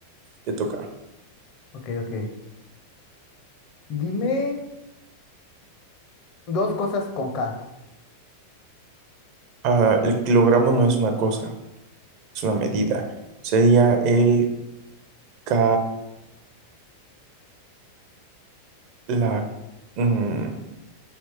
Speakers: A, on the right; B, on the left.
A: Te toca.
B: Ok, ok. Dime dos cosas con K.
A: Ah, el kilogramo no es una cosa, es una medida. Sería el K, la, mm,